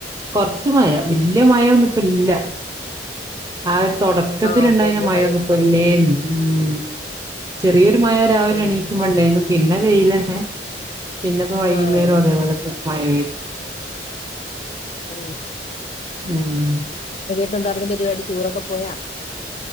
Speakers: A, on the right; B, on the left.
A: കുറച്ച് മഴ വല്യ മഴൊന്നും ഇപ്പ ഇല്ല ആ തുടക്കത്തി
B: ആഹ്
A: ഉണ്ടായിന്ന
B: വലിയ
A: മഴൊന്നുംപ്പൊല്ലേല്ല
B: മഴയില്ല
A: ഉം ചെറിയൊരു മഴ രാവിലെ
B: ആഹ്
A: എണീക്കും പണ്ടേനും പിന്നെ വെയിലന്നെ പിന്നെപ്പോ വൈകുന്നേരോ
B: ആഹ്
A: അതേപോലെ സു മായ പെയ്ത്
B: ഉം
A: ഉം
B: ഇന്ന് എന്താരുന്നു പരിപാടി ടൂറൊക്കെ പോയാ